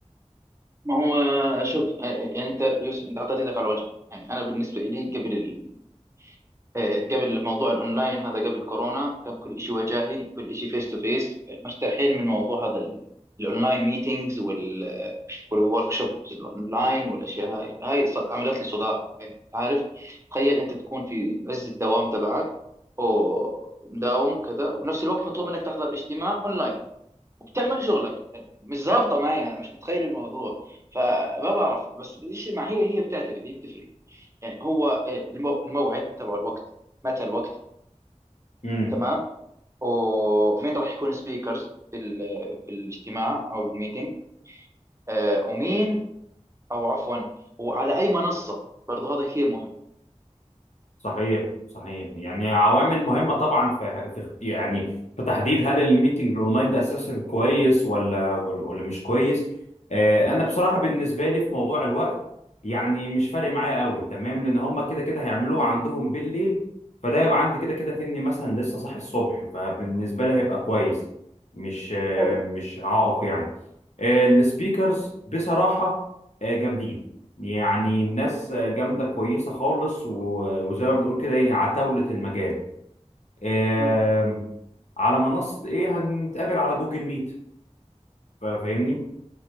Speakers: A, on the right; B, on the left.
A: ما هو شوف آه، يعني انت يوسف انت حطيت ايدك على الوجع يعني انا بالنسبه لي قبل ال... آه، قبل موضوع الاونلاين هذا قبل كورونا كان كل شيء وجاهي كل شيء فيس تو فيس مرتاحين من موضوع هذا ال- الاونلاين ميتينجز وال والورك شوبس الاونلاين والاشياء هاي هاي ص- عملت لي صداع يعني عارف تخيل انت تكون في عز الدوام تبعك ومداوم كذا وبنفس الوقت مطلوب منك تحضر اجتماع اونلاين وبتعمل شغلك مش ظابطه معايا انا مش متخيل الموضوع فما بعرف بس الشيء مع هي هي بتعتمد هي بتفرق يعني هو آه، المو- الموعد تبع الوقت متى الوقت
B: مم.
A: تمام ومين راح يكون سبيكرز في ال- في الاجتماع او الميتنج آه، ومين او عفوا وعلى اي منصه برضه هذا كثير مهم
B: صحيح صحيح يعني عوامل
A: مم.
B: مهمة طبعا في في اخت- يعني في تحديد هل الميتنج الاونلاين ده اساسا كويس ولا ولا, ولا مش كويس آه،
A: فهم.
B: انا بصراحة بالنسبة لي في موضوع الوقت يعني مش فارق معايا قوي تمام لان هم كده كده هيعملوه عندهم بالليل فده يبقى عندي كده كده كأني مثلا لسه صاحي الصبح فبالنسبة لي هيبقى كويس مش آه،
A: حلو
B: مش عائق يعني السبيكرز بصراحة آه، جامدين يعني الناس آه، جامدة كويسة خالص و- وزي ما بنقول كده ايه عتاولة المجال آم،
A: مم.
B: على منصة ايه هنتقابل على جوجل ميت فا- فاهمني